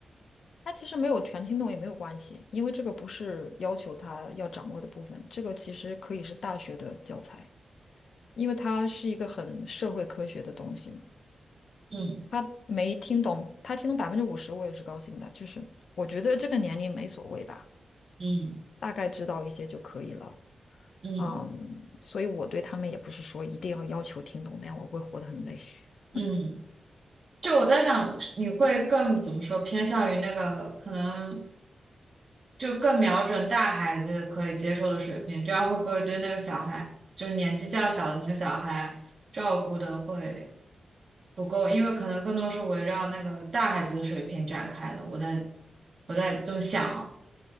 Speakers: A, on the left; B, on the right.
A: 他其实没有全听懂也没有关系，因为这个不是要求他要掌握的部分，这个其实可以是大学的教材，因为它是一个很社会科学的东西嘛。
B: 嗯
A: 他没听懂，他听懂百分之五十，我也是高兴的。就是我觉得这个年龄没所谓吧，
B: 嗯
A: 大概知道一些就可以了。
B: 嗯
A: 嗯，所以我对他们也不是说一定要要求听懂，那样我会活得很累。<laughs>
B: 嗯嗯。嗯就我在想，你会更怎么说，偏向于那个可能就更瞄准大孩子可以接受的水平，这样会不会对那个小孩，就是年纪较小的那个小孩，照顾的会不够？因为可能更多是围绕那个大孩子的水平展开的。我在我在这么想啊，